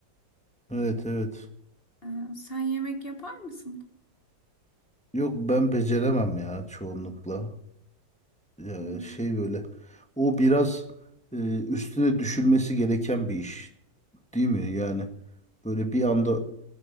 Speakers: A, in the centre; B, on the left.
A: Evet evet.
B: E, sen yemek yapar mısın?
A: Yok ben beceremem ya çoğunlukla. Ee,
B: Hmm.
A: şey böyle. O biraz e, üstüne düşülmesi gereken bir iş, değil mi? Yani böyle bir anda